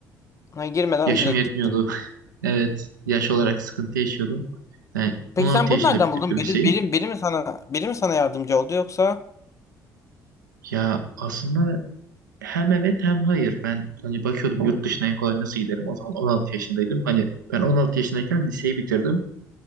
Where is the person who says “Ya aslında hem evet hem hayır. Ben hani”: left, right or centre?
Right